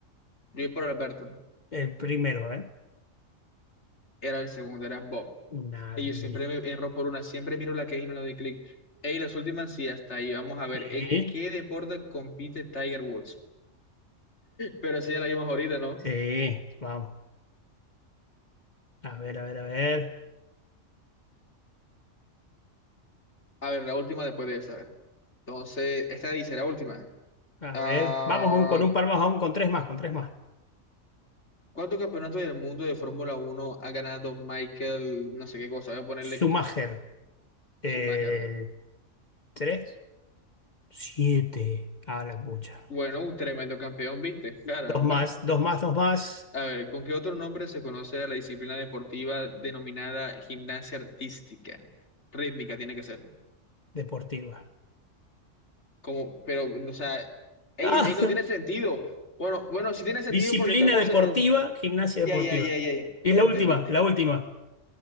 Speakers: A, on the left (about 60°); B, on the left (about 35°).
A: yo voy por Alberto.
B: El primero, ¿eh?
A: Era el segundo, era Bob.
B: Nadie.
A: Y yo siempre me erro por una, siempre miro la que es y no le doy clic. Y las últimas sí, hasta ahí. Vamos a ver,
B: Sí,
A: ¿en qué deporte compite Tiger Woods? Pero esa ya la vimos ahorita, ¿no?
B: sí, vamos. A ver, a ver, a ver.
A: A ver, la última después de esa, a ver. Entonces, esta dice, la última.
B: A
A: Ah,
B: ver. Vamos con, con un par más, aún con tres más, con tres más.
A: ¿cuántos campeonatos del mundo de Fórmula Uno ha ganado Michael, no sé qué cosa? Voy a ponerle
B: Schumacher,
A: que tres.
B: eh,
A: Schumacher, ok.
B: tres, siete, a la pucha.
A: Bueno, un tremendo campeón, ¿viste? Caramba.
B: Dos más, dos más, dos más,
A: A ver, ¿con qué otro nombre se conoce a la disciplina deportiva denominada gimnasia artística? Rítmica tiene que ser.
B: deportiva.
A: Como, pero, o sea, ey,
B: Ah,
A: ey, no tiene sentido. Bueno, bueno, sí
B: <laughs>
A: tiene sentido
B: disciplina
A: porque estamos
B: deportiva,
A: en...
B: gimnasia
A: Ya,
B: deportiva.
A: ya, ya, ya, ya, ya
B: Y es
A: entendí.
B: la última, la última.